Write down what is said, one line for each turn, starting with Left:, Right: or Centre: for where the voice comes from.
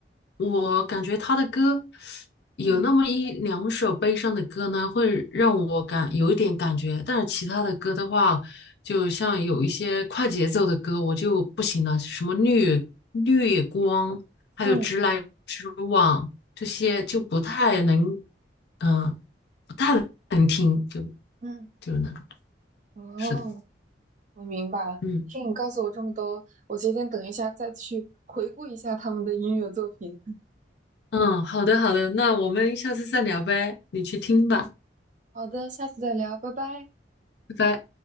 Left: 我感觉他的歌有那么一两首悲伤的歌呢，
Right: 嗯
Left: 会让我感有一点感觉，但是其他的歌的话。就像有一些快节奏的歌，我就不行了，什么绿绿光，还有直来直往这些就不太能，
Right: 嗯，
Left: 嗯、不太能听，就
Right: 嗯，
Left: 就是那种。
Right: 哦，
Left: 是的，
Right: 我明白了。
Left: 嗯
Right: 听你告诉我这么多，我决定等一下再去回顾一下他们的音乐作品。
Left: 嗯，好的好的，那我们下次再聊呗，你去听吧，
Right: 好的，下次再聊，拜拜。
Left: 拜拜。